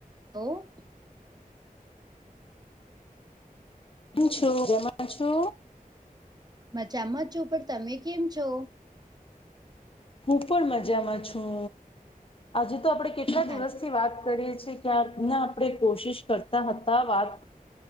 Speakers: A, on the right; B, on the left.
A: <unintelligible>
B: કેમ છો મજામાં છો
A: મજામાં છું પણ તમે કેમ છો?
B: હું પણ મજામાં છું આજે તો આપણેે કેટલા દિવસ
A: હા
B: થી વાત કરીએ છીએ. ક્યાર ના આપણે કોશિશ કરતા હતા વાત